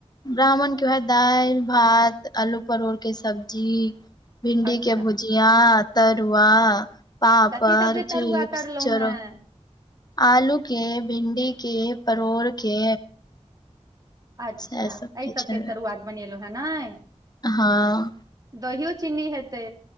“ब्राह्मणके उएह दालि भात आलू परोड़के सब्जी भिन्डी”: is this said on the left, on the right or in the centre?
Left